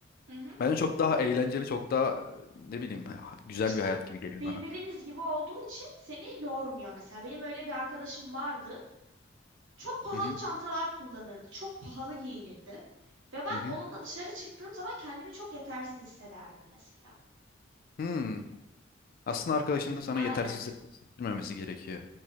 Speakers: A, on the right; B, on the left.
A: Hı hı.
B: Bence çok daha eğlenceli, çok daha e, ne bileyim ha- güzel
A: İşte
B: bir hayat gibi geliyor
A: birbiriniz
B: bana.
A: gibi olduğu için seni yormuyor. Mesela benim öyle bir arkadaşım vardı. Çok pahalı
B: Hı hı.
A: çantalar kullanırdı. Çok pahalı giyinirdi. Ve ben
B: Hı hı.
A: onunla dışarı çıktığım zaman kendimi çok yetersiz hissederdim mesela.
B: Hmm. Aslında arkadaşının sana
A: Aynen.
B: yetersiz hissettirmemesi gerekiyor.